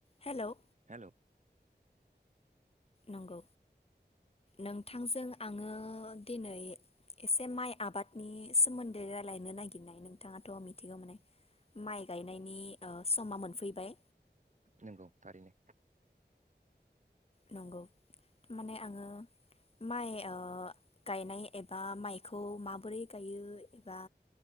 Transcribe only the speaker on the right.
हेलौ
नंगौ थारैनो